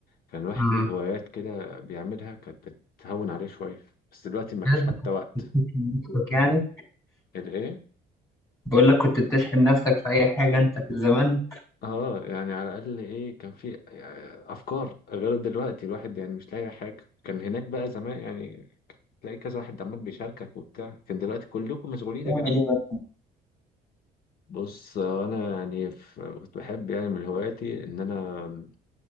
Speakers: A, on the left; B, on the left.
A: كان الواحد
B: م-
A: ليه هوايات كده بيعملها كانت بتهون عليه شوية بس دلوقتي مفيش
B: بجد
A: حتى وقت
B: كنت بتشحن نفسك يعني
A: الايه
B: بقول لك كنت بتشحن نفسك في أي حاجة أنت في الزمان
A: اه يعني على الاقل ايه كان في آه، افكار غير دلوقتي الواحد يعني مش لاقي حاجة كان هناك بقى زمان يعني تلاقي كذا واحد عمال بيشاركك وبتاع كان دلوقتي كلكم مشغولين
B: تعمل
A: يا جدعان
B: إيه
A: بص انا يعني ف- كنت بحب يعني من هواياتي ان انا